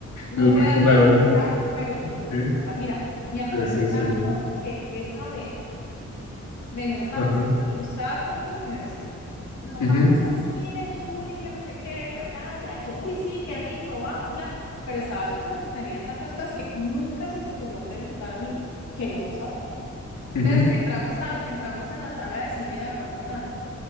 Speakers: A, on the left; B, on the left.
A: No
B: <laughs>
A: te da
B: Una-
A: miedo,
B: una-
A: exacto,
B: una-
A: pero yo no soy
B: sí,
A: capaz. Mira, me acuerdo
B: sí, sí,
A: tanto
B: sí.
A: que esa vez me dijeron, vamos
B: Ajá.
A: así, yo estaba creo que en la universidad. No,
B: Ujú,
A: vamos así de Julie, que no sé qué, que bla, bla. Y yo, uy, sí, qué rico, vamos, bla. Pero estaba yo como entretenida en tantas cosas que nunca se me ocurrió preguntar a mí qué íbamos a ver.
B: ujú,
A: Entonces
B: ujú,
A: entramos, al, entramos a la sala de cine, me acuerdo tanto,